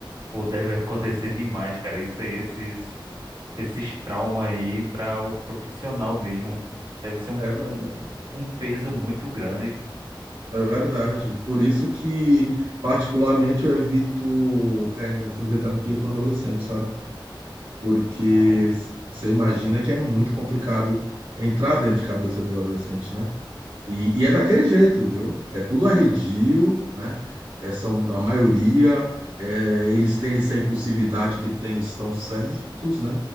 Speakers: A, on the right; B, on the right.
A: Pô, deve acontecer demais, cara. Isso, aí, esses, esses traumas aí para o profissional mesmo. Deve ser um,
B: é verdade.
A: um peso muito grande.
B: É verdade. Por isso que, particularmente, eu evito é, fazer terapia com adolescente, sabe? Porque
A: Ah, ô.
B: você imagina que é muito complicado entrar dentro de cabeça de adolescente, né? E, e é daquele jeito, viu? É tudo arredio, né? É, são a maioria, é, eles têm essa impulsividade que têm, estão certos, né?